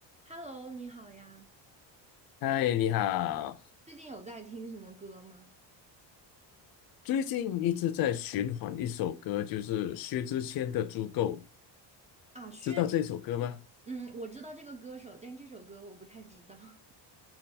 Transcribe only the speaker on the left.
嗨，你好。
最近一直在循环一首歌，就是薛之谦的《足够》，
知道这首歌吗？